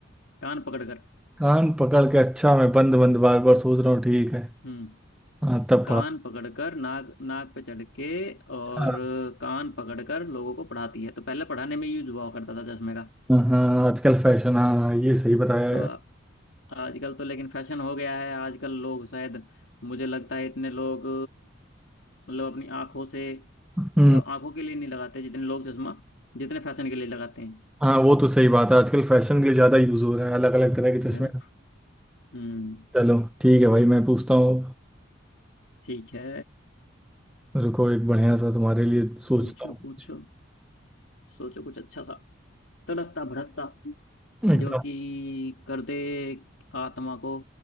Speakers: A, on the left; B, in the centre.
A: कान पकड़कर
B: कान पकड़ के अच्छा मैं बंद बंद बार बार सोच रहा हूँ ठीक है
A: हम्म।
B: हाँ तब
A: कान
B: पढ़ा
A: पकड़कर नाक नाक पे चढ़ के और
B: अच्छा,
A: कान पकड़कर लोगों को पढ़ाती है तो पहले पढ़ाने में यूज हुआ करता था चश्मे का
B: हाँ हाँ, आजकल फैशन हाँ ये सही बताया यार
A: तो आ- आजकल तो लेकिन फैशन हो गया है आजकल लोग शायद मुझे लगता है इतने लोग मतलब अपनी आंखों से
B: हम्म
A: मतलब आंखों के लिए नहीं लगाते जितने लोग चश्मा जितने फैशन के लिए लगाते हैं
B: हाँ वो तो सही बात है आजकल फैशन के लिए ज़्यादा यूज़ हो रहा है अलग अलग तरह के चश्मे
A: है ना हम्म
B: चलो ठीक है भाई मैं पूछता हूँ
A: ठीक है
B: रुको एक बढ़िया सा तुम्हारे लिए सोचता
A: पूछो
B: हूँ कुछ।
A: पूछो सोचो कुछ अच्छा सा तड़कता भड़कता
B: एकदम
A: जो कि कर दे आत्मा को